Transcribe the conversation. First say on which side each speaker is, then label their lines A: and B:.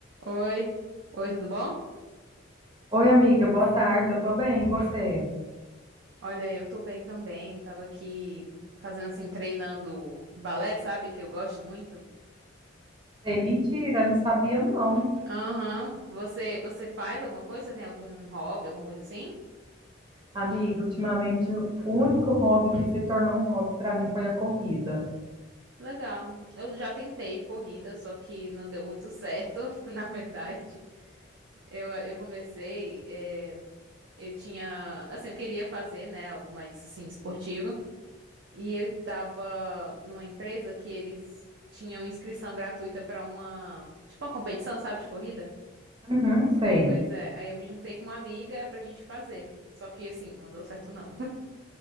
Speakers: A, on the right; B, on the right.
A: Oi, oi, tudo bom?
B: Oi, amiga, boa tarde. Eu tô bem, e você?
A: Olha, eu tô bem também. Tava aqui fazendo assim, treinando balé, sabe? Que eu gosto muito.
B: Ei, mentira,
A: E
B: não sabia não.
A: aham, Você você faz alguma coisa? Você tem algum hobby, alguma coisa assim?
B: Amiga, ultimamente o único hobby que se tornou um hobby pra mim foi a corrida.
A: Legal. Eu já tentei corrida, só que não deu muito certo, <laughs> na verdade. Eu, eu comecei, eh, eu tinha, assim, eu queria fazer, né, algo mais assim esportivo. E eu tava numa empresa que eles tinham inscrição gratuita pra uma, tipo uma competição, sabe, de corrida?
B: Uhum, sei.
A: Pois é, aí eu me juntei com uma amiga pra gente fazer. Só que assim, não deu certo não.